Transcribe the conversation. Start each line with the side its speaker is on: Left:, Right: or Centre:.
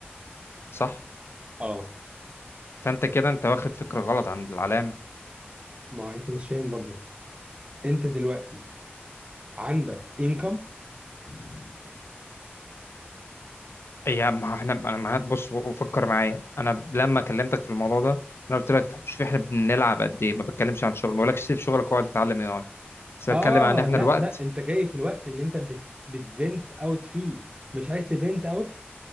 Left: صح
Right: اه
Left: فانت كده انت واخد فكرة غلط عن العلام
Right: ما أنت مش فاهم برضه أنت دلوقتي عندك income
Left: هم. يا ما احنا انا ما بص فكر معايا انا لما كلمتك في الموضوع ده انا قلت لك طب شوف احنا بنلعب قد ايه ما بتكلمش عن شغل ما بقولكش سيب شغلك واقعد تتعلم اي اي بس بتكلم
Right: اه
Left: عن ان احنا
Right: لا
Left: الوقت
Right: لا أنت جاي في الوقت اللي أنت بت بتفنت اوت فيه مش عايز تفنت اوت